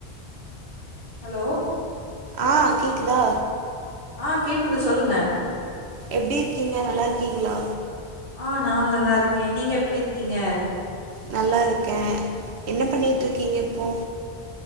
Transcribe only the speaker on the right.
ஆஹ் கேக்குதா
எப்படி இருக்கீங்க நல்லா இருக்கீங்களா
நல்லா இருக்கேன் என்ன பண்ணிட்ருக்கீங்க இப்போ